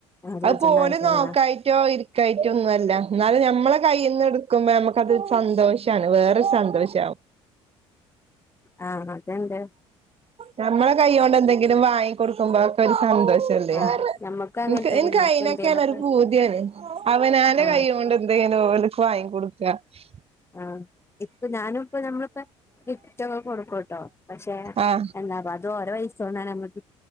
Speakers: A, on the left; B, on the right.
A: ചോദിച്ചണ്ട
B: അത് പോല്
A: ആവശ്യല്ല
B: നോക്കായിട്ടോ ഇ കയിറ്റൊന്നും അല്ല എന്നാലും ഞമ്മളെ കൈയിൽന്ന് എടുക്കുമ്പോ നമുക്കത് സന്തോഷമാണ് വേറൊരു സന്തോഷമാവും
A: ആഹ് അതെണ്ട്
B: നമ്മളെ കൈ കൊണ്ട് എന്തെങ്കിലും വാങ്ങി കൊൊടുക്കുമ്പോക്കെ ഒരു സന്തോഷല്ലേ
A: ആഹ് ഞമ്മക്ക് അങ്ങനെ
B: ക്ക്
A: തന്നെ ഓൽക്ക്
B: അയിനക്കെയാണ്
A: എന്തേലൊക്കെ
B: ഒരു പൂതിയന് അവനാ ൻ്റെ
A: ആഹ്
B: കൈകൊണ്ട് എന്തെങ്കിലും ഓൽക്ക് വാങ്ങി കൊടുക്കുക ഉ
A: ആഹ് ഇപ്പൊ ഞാനും ഇപ്പ നമ്മളിപ്പോ ഗിഫ്റ്റ്ക്കെ കൊടുക്കുംട്ടോ പക്ഷെ-
B: ആഹ്
A: എന്താ അ അത് ഓരെ പൈസോണ്ട് നമ്മളി ഗി